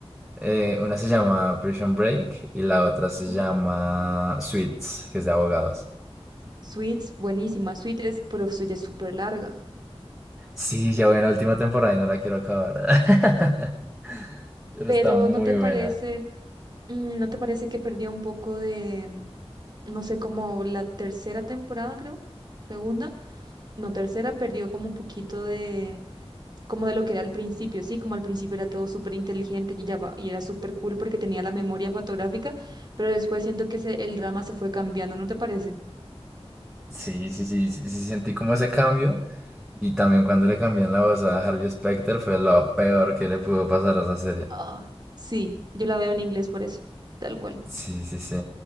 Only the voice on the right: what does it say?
Uf,
Suits, buenísima. Suits es, pero Suits es súper larga.
Pero
¿no te parece,
mm, no te parece que perdió un poco de, mm, no sé, como la tercera temporada, creo? Segunda, no, tercera perdió como un poquito de, como de lo que era al principio, sí, como al principio era todo súper inteligente y ya va- y era súper cool porque tenía la memoria fotográfica, pero después siento que se- el drama se fue cambiando, ¿no te parece?
Ah, sí, yo la veo en inglés por eso, tal cual.